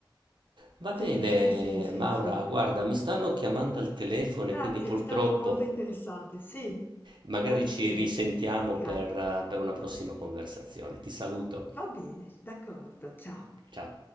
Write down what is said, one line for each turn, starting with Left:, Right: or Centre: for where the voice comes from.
Right: Va
Left: sì,
Right: bene,
Left: sì, sì, sì,
Right: Maura,
Left: sì.
Right: guarda,
Left: Mm,
Right: mi stanno chiamando al telefono
Left: Grazie,
Right: e quindi purtroppo
Left: è stato molto interessante, sì,
Right: magari
Left: ok,
Right: ci risentiamo
Left: grazie.
Right: per, eh, per una prossima conversazione. Ti saluto.
Left: Va bene, d'accordo, ciao.
Right: Ciao.